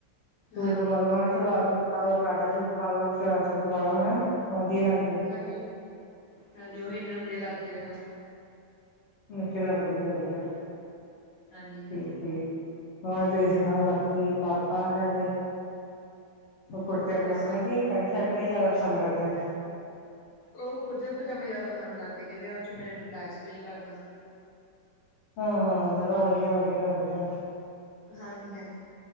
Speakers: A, on the left; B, on the left.
A: ਸੂਟ
B: ਹਾਂਜੀ।
A: ਪਾਲੋ ਹਨਾ, ਸਲਵਾਰ ਸੂਟ ਪਾਲੋ, ਪਲਾਜ਼ਾ ਸੂਟ ਪਾਲੋ, ਸਰਾਰਾ ਸੂਟ ਪਾਲੋ ਹਨਾ, ਵਧੀਆ ਲੱਗ
B: ਹਾਂਜੀ, ਹਾਂਜੀ ਉਹੀ ਇਨਾਂ ਨੂੰ ਵਧੀਆ ਲੱਗਦੇ ਆ
A: ਨਹੀ ਚਲੋ ਵਧੀਆ- ਵਧੀਆ,
B: ਹਾਂਜੀ।
A: ਠੀਕ- ਠੀਕ। ਹੋਰ ਤੁਸੀਂ ਸੁਣਾਓ ਬਾਕੀ, ਪਾਪਾ ਤਾਡੇ ਉਹ ਕੁੜਤੇ
B: ਹੋਰ
A: ਪਜਾਮੇ
B: ਸਭ
A: ਹੀ, ਪੈਂਟ ਸ਼ਰਟਾਂ ਹੀ ਜ਼ਿਆਦਾ ਪਸੰਦ ਕਰਦੇ ਨੇ
B: ਓ ਕੁੜਤੇ ਪਜਾਮੇ ਜਜਾਦਾ ਪਸੰਦ ਕਰਦੇ ਕੈਂਦੇ ਓਦੇ 'ਚ ਮੈਂ ਰਿਲੈਕਸ ਫੀਲ ਕਰਦਾ।
A: ਹਾਂ ਹਾਂ, ਚਲੋ ਵਦੀਆ, ਵਦੀਆ, ਵਦੀਆ।
B: ਹਾਂਜੀ-ਹਾਂਜੀ।